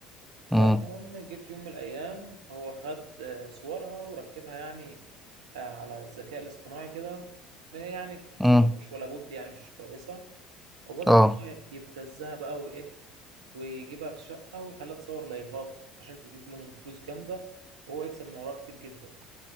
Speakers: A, on the right; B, in the centre.
A: فالمهم
B: مم.
A: جه في يوم من الأيام هو خد آه، صورها وركبها يعني آه، على الذكاء الاصطناعي كده آه، يعني في
B: مم.
A: صور مش ولا بد يعني مش كويسة وبدأ
B: اه
A: إن هو يبتزها بقى وإيه ويجيبها في شقة ويخليها تصور لايفات عشان تجيب له من فلوس جامدة وهو يكسب من وراها كتير جدا